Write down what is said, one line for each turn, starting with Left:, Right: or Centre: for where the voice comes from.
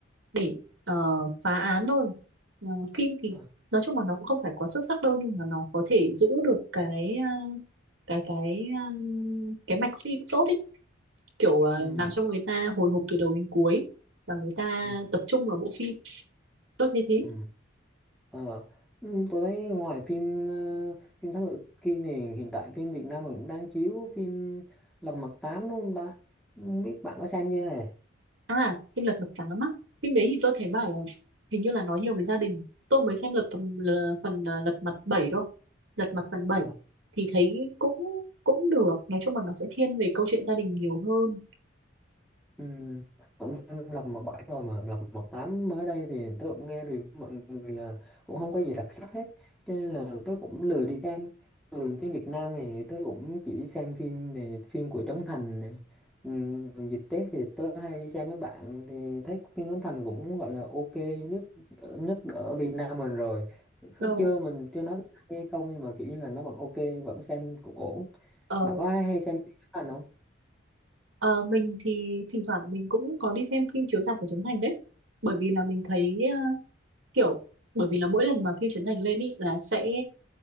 Right: để ờ, phá án thôi Ờ, phim thì
Centre: ờ
Right: nói chung là nó cũng không phải quá xuất sắc đâu nhưng mà nó có thể giữ được cái à, cái cái à, cái mạch phim tốt ý kiểu à,
Centre: ừm,
Right: làm cho người ta hồi hộp từ đầu đến cuối và người ta
Centre: ờ,
Right: tập trung vào bộ phim tôi thấy thế
Centre: ừm. Ờ, ừm, tôi thấy ngoài phim ờ, phim Thám Tử Kiên này hiện tại phim Việt Nam mình cũng đang chiếu phim Lật Mặt 8 đúng không ta? Không biết bạn có xem chưa hề?
Right: à phim Lật Mặt Trắng á phim đấy thì tôi thấy bảo là hình như là nói nhiều về gia đình tôi mới xem lật tầm l- phần à, Lật Mặt 7 thôi Lật Mặt phần bảy
Centre: Ờ.
Right: thì thấy cũng cũng được nói chung là nó sẽ thiên về câu chuyện gia đình nhiều hơn
Centre: Ừ, cũng xem lật mặt bảy rồi mà lật mặt tám mới đây thì tôi cũng nghe review mọi người là cũng không có gì đặc sắc hết cho nên là tôi cũng lười đi xem thường phim Việt Nam thì tôi cũng chỉ xem phim về phim của Trấn Thành nè. ừ, dịp Tết thì tôi hay đi xem với bạn thì thấy phim Trấn Thành cũng gọi là ok nhất ờ, nhất ở Việt Nam mình rồi cứ
Right: Ờ,
Centre: chưa mình chưa nói hay không nhưng mà kiểu như là nó vẫn ok vẫn xem cũng ổn
Right: ờ,
Centre: bạn có hay, hay xem phim Trấn Thành không
Right: ờ, mình thì thỉnh thoảng mình cũng có đi xem phim chiếu rạp của Trấn Thành đấy bởi vì là mình thấy à, kiểu bởi vì là mỗi lần mà phim Trấn Thành lên ý là sẽ